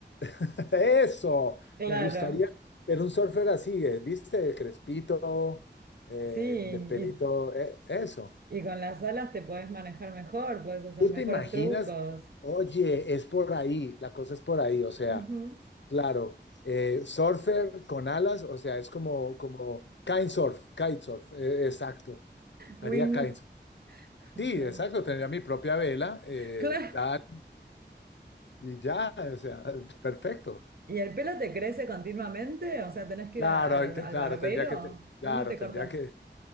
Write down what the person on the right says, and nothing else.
Claro.
Sí.
Y,
y con las alas te podés manejar mejor, podés hacer
mejores
trucos.
Ujú.
Wing.
<laughs>
Claro.
<laughs>
¿Y el pelo te crece continuamente? O sea, ¿tenés que
ir a- al,
al
barbero?
¿Dónde te
cortas?
<laughs>